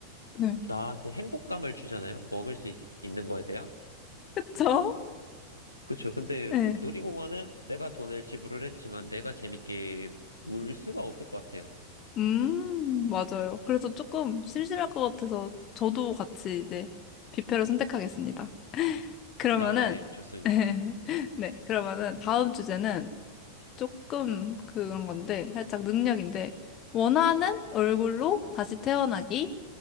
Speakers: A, on the left; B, on the left.
A: 네.
B: 나한테 행복감을 주잖아요. 먹을 수 있, 는 거에 대한.
A: 그쵸?
B: 그쵸. 근데
A: 네.
B: 놀이공원은 내가 돈을 지불을 했지만 내가 재밌게 놀 수가 없을 것 같아요.
A: 음, 맞아요. 그래서 조금 심심할 것 같아서 저도 같이 이제 뷔페로 선택하겠습니다. 그러면은,
B: 아, 예, 좋습니다.
A: <laughs> 네, 그러면은 다음 주제는 조금 그런 건데, 살짝 능력인데, 원하는 얼굴로 다시 태어나기,